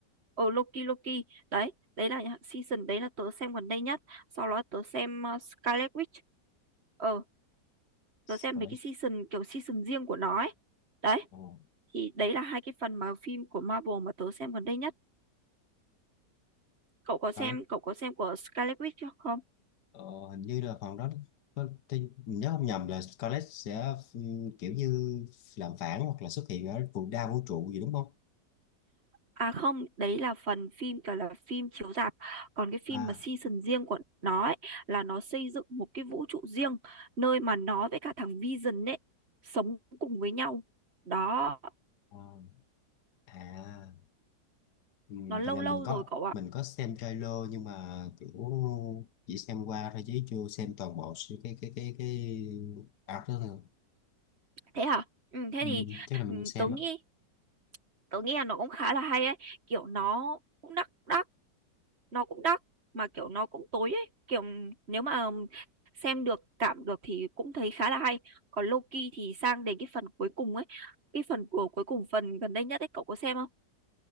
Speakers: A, on the right (about 40°); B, on the left (about 70°).
A: ở Loki Loki đấy đấy là những season đấy là tớ xem gần đây nhất sau đó tớ xem ờ, Scarlet Witch ờ
B: Scarlet
A: tớ xem mấy cái season kiểu season riêng của nó ấy đấy
B: oh.
A: thì đấy là hai cái phần mà phim của Marvel mà tớ xem gần đây nhất cậu có xem
B: Scarlet
A: cậu có xem của Scarlet Witch chưa không
B: ờ, hình như là phần đó có- tôi nhớ không nhầm là Scarlet sẽ ừ, kiểu như làm phản hoặc là xuất hiện ở vũ đa vũ trụ gì đúng không
A: à không đấy là phần phim gọi là phim chiếu rạp còn cái phim
B: à
A: mà season riêng của nó ấy, là nó xây dựng một cái vũ trụ riêng nơi mà nó với cả thằng Vision ấy sống cùng với nhau đó
B: Ờ. à ừ,
A: nó lâu
B: phần này
A: lâu
B: mình có
A: rồi cậu ạ
B: mình có xem trailer nhưng mà kiểu chỉ xem qua thôi chứ chưa xem toàn bộ sự- cái cái cái cái art đó thôi
A: thế hả ừ, thế
B: ừ,
A: thì
B: chắc là mình
A: ừ,
B: không xem
A: tớ
B: á
A: nghĩ tớ nghĩ là nó cũng khá là hay ấy kiểu nó cũng đắt đắt nó cũng đắt mà kiểu nó cũng tối ấy kiểu nếu mà xem được cảm được thì cũng thấy khá là hay còn Loki thì sang đến cái phần cuối cùng ấy cái phần của cuối cùng phần gần đây nhất ấy cậu có xem không